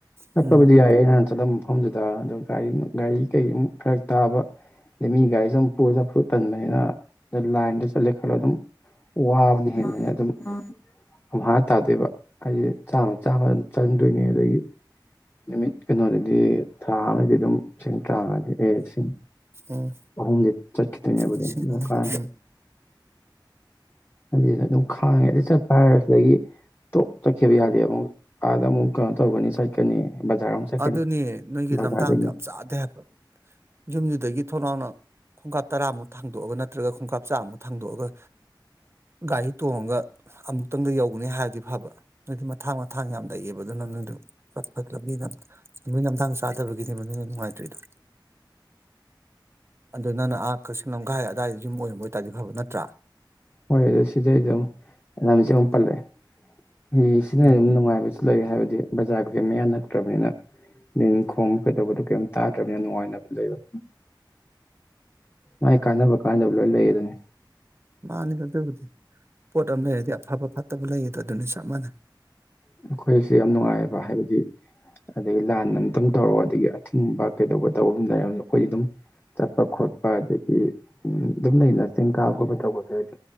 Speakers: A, on the left (about 25°); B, on the right (about 30°).
A: ꯆꯠꯄꯕꯨꯗꯤ
B: ꯎꯝ
A: ꯌꯥꯏ ꯑꯩꯅ ꯍꯥꯅ ꯆꯠꯂꯝꯕ ꯃꯐꯝꯗꯨꯗ ꯑꯗꯣ ꯒꯥꯔꯤ ꯒꯥꯔꯤ ꯀꯩ ꯑꯃꯨꯛ ꯐꯔꯛ ꯇꯥꯕ ꯑꯗꯩꯒꯤ ꯃꯤ ꯒꯥꯔꯤꯁꯨ ꯑꯃꯨꯛ ꯄꯨꯔ ꯆꯠꯄꯗꯣ ꯇꯟꯕꯅꯤꯅ ꯑꯗ ꯂꯥꯏꯟꯗ ꯆꯠꯂꯦ ꯈꯜꯂꯣ ꯑꯗꯨꯝ ꯋꯥꯕꯅ ꯍꯦꯕꯅꯤꯅꯥ ꯑꯗꯨꯝ ꯑꯃꯨ ꯍꯥ ꯇꯥꯗꯦꯕ ꯑꯩꯁꯦ ꯆꯥꯝꯃ ꯆꯥꯝꯃ ꯑꯗꯨꯝ ꯆꯪꯗꯣꯏꯅꯤ ꯑꯗꯒꯤ ꯅꯨꯃꯤꯠ ꯀꯩꯅꯣꯗꯗꯤ ꯊꯥ ꯑꯃꯗꯤ ꯑꯗꯨꯝ ꯇꯔꯥꯃꯉꯥꯗꯤ ꯂꯩꯑꯦ ꯂꯤꯁꯤꯡ
B: ꯎꯝ
A: ꯑꯍꯨꯝꯗꯤ ꯆꯠꯈꯤꯗꯣꯏꯅꯦꯕ
B: ꯂꯤꯁꯤꯡ
A: ꯑꯗꯨꯝ ꯑꯗꯨꯅ
B: ꯑꯍꯨꯝ
A: ꯀꯥꯅꯗꯕ
B: ꯎꯝ
A: ꯍꯥꯌꯦꯡ ꯑꯗꯨꯝ ꯈꯥꯏꯔꯒ ꯆꯠ ꯁꯤꯗꯒꯤ ꯇꯣꯛ ꯆꯠꯈꯤꯕ ꯌꯥꯗꯦꯕ ꯑꯃꯨꯛ ꯑꯥꯗ ꯑꯃꯨꯛ ꯀꯩꯅꯣ ꯇꯧꯒꯅꯤ ꯆꯠꯀꯅꯤ ꯕꯖꯥꯔ ꯑꯃꯨꯛ ꯆꯠꯀꯅꯤ
B: ꯑꯗꯨꯅꯦ ꯅꯣꯏꯒꯤ
A: ꯕꯖꯥꯔꯗꯩ
B: ꯂꯝꯊꯥꯡꯗꯣ ꯌꯥꯝ ꯆꯥꯗꯦ ꯍꯥꯏꯕ ꯌꯨꯝꯗꯨꯗꯒꯤ ꯊꯣꯡꯅꯥꯥꯎꯎꯅ ꯈꯣꯡꯀꯥꯞ ꯇꯔꯥꯃꯨꯛ ꯊꯥꯡꯗꯣꯛꯑꯒ ꯅꯠꯇ꯭ꯔꯒ ꯈꯣꯡꯀꯥꯞ ꯆꯥꯃꯨꯛ ꯊꯥꯡꯗꯣꯛꯑꯒ ꯒꯥꯔꯤ ꯇꯣꯡꯉꯒ ꯑꯃꯨꯛꯇꯪꯗ ꯌꯧꯒꯅꯤ ꯍꯥꯏꯔꯗꯤ ꯐꯕ ꯅꯣꯏꯗꯤ ꯃꯊꯥꯡ ꯃꯊꯥꯡ ꯌꯥꯝ ꯂꯩꯑꯕ ꯑꯗꯨꯅ ꯅꯣꯏꯗꯣ ꯆꯠꯄꯗ ꯃꯤꯅ ꯂꯝꯕꯤ ꯂꯝꯗꯥꯡ ꯆꯥꯗꯕꯒꯤꯅꯦ ꯅꯣꯏꯅ ꯅꯨꯡꯉꯥꯏꯇ꯭ꯔꯤꯗꯣ ꯑꯗꯨ ꯅꯪꯅ ꯑꯥ ꯀꯛꯆꯤꯡ ꯂꯝꯈꯥꯏ ꯑꯗꯨꯋꯥꯏꯗ ꯌꯨꯝ ꯑꯣꯏꯔꯝꯕ ꯑꯣꯏꯇꯥꯔꯗꯤ ꯐꯕ ꯅꯠꯇ꯭ꯔꯥ
A: ꯍꯣꯏ ꯁꯤꯗꯩꯑꯗꯨꯝ ꯂꯝꯁꯦ
B: ꯎꯝ
A: ꯑꯃꯨꯛ ꯄꯜꯂꯛꯑꯦ ꯁꯤꯅ
B: ꯎꯝ
A: ꯑꯗꯨꯝ ꯅꯨꯡꯉꯥꯏꯕꯁꯨ ꯂꯩ ꯍꯥꯏꯕꯗꯤ ꯗꯤ ꯕꯖꯥꯔ ꯀꯩ ꯀꯩꯝꯌꯥ ꯅꯛꯇ꯭ꯔꯨꯕꯅꯤꯅ ꯅꯤꯟ ꯈꯣꯡꯕ ꯀꯩꯗꯧꯕꯗꯣ ꯀꯩꯝ ꯇꯥꯗ꯭ꯔꯕꯅꯤꯅ ꯅꯨꯡꯉꯥꯏꯅ ꯂꯩꯕ ꯃꯥꯏ ꯀꯥꯟꯅꯕ ꯀꯥꯟꯗꯕ ꯂꯣꯏ ꯂꯩ ꯑꯗꯨꯅꯤ
B: ꯃꯥꯅꯤꯗ ꯑꯗꯨꯕꯨꯗꯤ ꯄꯣꯠ ꯑꯃ ꯂꯩꯔꯗꯤ ꯑꯐꯕ ꯐꯠꯇꯕ ꯂꯩꯌꯦꯗꯣ ꯑꯗꯨꯅꯤ ꯆꯞ ꯃꯥꯟꯅꯩ
A: ꯑꯩꯈꯣꯏꯁꯦ ꯌꯥꯝ ꯅꯨꯡꯉꯥꯏꯕ ꯍꯥꯏꯕꯗꯤ ꯑꯗꯒꯤ ꯂꯥꯟ ꯑꯝꯨꯛꯇꯪ ꯇꯧꯔꯛꯑꯗ ꯑꯊꯤꯡꯕ ꯀꯩꯗꯧꯕ ꯇꯧ ꯑꯗꯨꯃ ꯂꯩ ꯑꯩꯈꯣꯏ ꯑꯗꯨꯝ ꯆꯠꯄ ꯈꯣꯠꯄ ꯑꯗꯒꯤ ꯑꯗꯨꯝ ꯂꯩꯅ ꯆꯤꯡ ꯀꯥꯕ ꯈꯣꯠꯄ ꯇꯧꯕ ꯌꯥꯏ